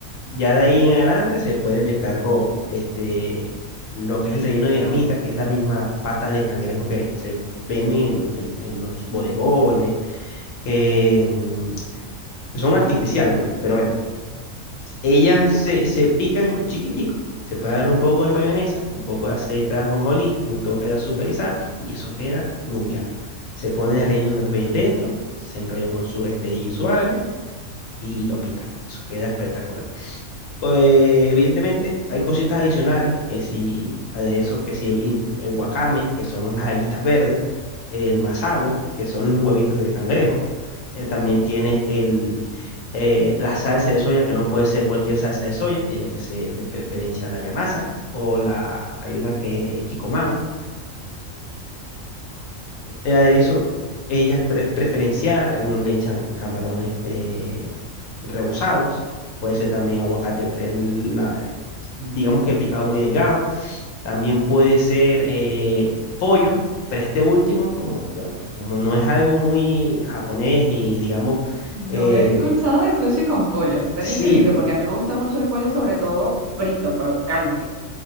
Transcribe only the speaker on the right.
ok.
No
he escuchado de sushi con pollo, eso sería
increíble porque a mí me gusta mucho el pollo, sobre todo frito, crocante.